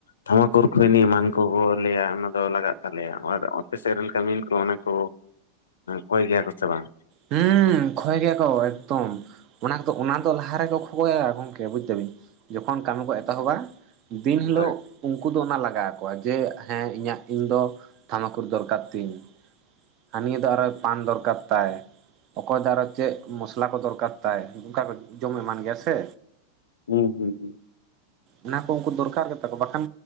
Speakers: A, on the left; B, on the right.
A: ᱛᱷᱟᱢᱟᱠᱩᱨ ᱠᱷᱩᱭᱱᱤ ᱮᱢᱟᱱ ᱠᱚᱠᱚ ᱞᱟᱹᱭᱟ ᱚᱱᱟ ᱫᱚ ᱞᱟᱜᱟᱜ᱾ ᱛᱟᱞᱮᱭᱟ ᱟᱨ ᱟᱯᱮ ᱥᱮ ᱨᱮᱱ ᱠᱟᱹᱢᱤᱱ ᱠᱚ ᱚᱱᱟ ᱠᱚ ᱠᱚᱭ ᱜᱮᱭᱟ ᱠᱚ ᱥᱮ ᱵᱟᱝ᱾
B: ᱦᱩᱸ ᱠᱷᱚᱭ ᱜᱮᱭᱟ ᱠᱚ ᱮᱠᱫᱚᱢ᱾ ᱚᱱᱟ ᱠᱚᱫᱚ ᱚᱱᱟ ᱫᱚ ᱞᱟᱦᱟ ᱨᱮᱠᱚ ᱠᱷᱚᱠᱚᱭᱟ ᱜᱚᱢᱠᱮ ᱵᱩᱡᱽ ᱮᱫᱟ ᱵᱤᱱ ᱡᱚᱠᱷᱚᱱ ᱠᱟᱹᱢᱤ ᱠᱚ ᱮᱛᱚᱦᱚᱵᱟ᱾ ᱫᱤᱱ ᱦᱤᱞᱳᱜ
A: ᱦᱳᱭ
B: ᱩᱱᱠᱩ ᱫᱚ ᱚᱱᱟ ᱞᱟᱜᱟᱣ ᱟᱠᱚᱣᱟ ᱡᱮ ᱦᱮᱸ ᱤᱧᱟᱹᱜ ᱤᱧ ᱫᱚ ᱛᱷᱟᱢᱟᱠᱩᱨ ᱫᱚᱨᱠᱟᱨ ᱛᱤᱧ᱾ ᱦᱟᱱᱤᱭᱟᱹ ᱫᱚ ᱟᱨᱚᱭ ᱯᱟᱱ ᱫᱚᱨᱠᱟᱨ ᱛᱟᱭ᱾ ᱚᱠᱚᱭ ᱫᱟᱨᱮ ᱪᱮᱫ ᱢᱚᱥᱞᱟ ᱠᱚ ᱫᱚᱨᱠᱟᱨ ᱛᱟᱭ ᱚᱱᱠᱟ ᱠᱚ ᱡᱚᱢᱮ ᱮᱢᱟᱱ ᱜᱮᱭᱟ ᱥᱮ᱾
A: ᱦᱮᱸ ᱦᱩᱸ ᱦᱩᱸ᱾
B: ᱚᱱᱟ ᱠᱚ ᱩᱱᱠᱩ ᱫᱚᱨᱠᱟᱨ ᱜᱮ ᱛᱟᱠᱚ ᱵᱟᱠᱷᱟᱱ